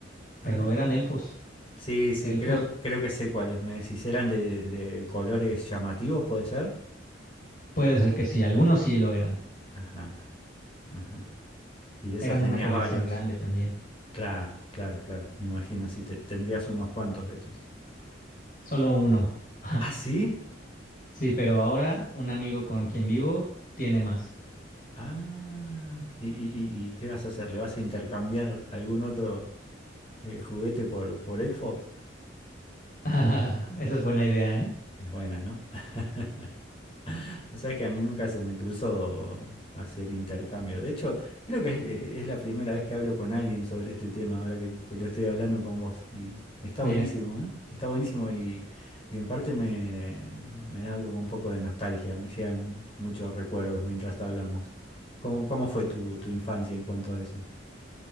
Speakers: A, on the left; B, on the left.
A: pero
B: Ah.
A: eran elfos.
B: Sí, sí,
A: Elfos,
B: creo, creo que sé cuáles. Me decís, eran de, de- de colores llamativos, ¿puede ser?
A: puede ser que sí, algunos sí lo eran.
B: Ajá, ajá. Y de esos
A: Eran
B: tenías
A: una colección
B: varios.
A: grande también.
B: Claro, claro, claro. Me imagino, sí, te- tendrías unos cuantos de esos.
A: Solo uno. <laughs>
B: ¿Ah, sí?
A: Sí, pero ahora un amigo con quien vivo tiene más. <laughs>
B: Ah, ¿y, y- y- y qué vas a hacer? ¿Le vas a intercambiar algún otro eh, juguete por, por elfos?
A: Ah, esa es buena idea, ¿eh?
B: Es buena, ¿no? <laughs> O sea que a mí nunca se me cruzó hacer intercambio. De hecho, creo que es, eh, es la primera vez que hablo con alguien sobre este tema, ahora que, que lo estoy hablando con vos. Y está
A: Mira,
B: buenísimo, ¿eh? Está buenísimo y, y en parte me, me da como un poco de nostalgia, me llegan muchos recuerdos mientras hablamos. ¿Cómo, cómo fue tu, tu infancia en cuanto a eso?